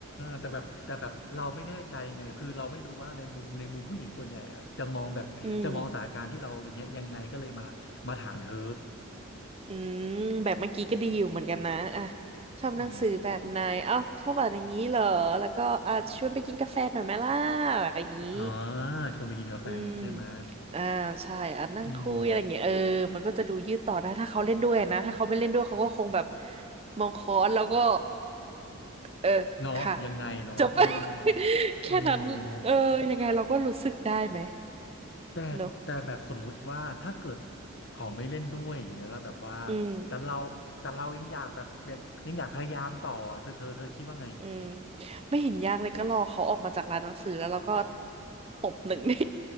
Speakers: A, on the left; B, on the right.
A: แต่แบบแต่แบบเราไม่แน่ใจไงคือเราไม่รู้ว่าในมุมในมุมผู้หญิงส่วนใหญ่อะจะมองแบบจะมองสถานการณ์ที่เราอย่างเงี้ยยังไงก็เลยมามาถามเธอ
B: อืมอืมแบบเมื่อกี้ก็ดีอยู่เหมือนกันนะอ่ะชอบหนังสือแบบไหนอ้าวชอบอ่านอย่างนี้เหรอแล้วก็อ่ะชวนไปกินกาแฟหน่อยไหมล่ะ
A: อืม
B: อย่างนี้
A: อ่าชวนไปกินกาแฟใช่ไหม
B: อืมอ่าใช่อ่ะนั่งคุยอะไรอย่างเงี้ยเออมันก็จะดูยืดต่อได้ถ้าเขาเล่นด้วยนะถ้าเขาไม่เล่นด้วยเขาก็คงแบบ
A: อืม
B: มองค้อนแล้วก็เออค่ะ
A: เนาะยังไงเนาะเออ
B: จบ <laughs> แค่นั้นเออยังไงเราก็รู้สึกได้ไหม
A: เออแต่แต่แบบสมมุติว่าถ้าเกิด
B: เนอะ
A: เขาไม่เล่นด้วยอย่างเงี้ยแล้วแบบว่า
B: อืม
A: แต่เราแต่เรายังอยากแบบอยากยังอยากพยายามต่อเธอเธอเธอคิดว่าไง
B: อืมไม่เห็นยากเลยก็รอเขาออกมาจากร้านหนังสือแล้วเราก็ตบหนึ่งที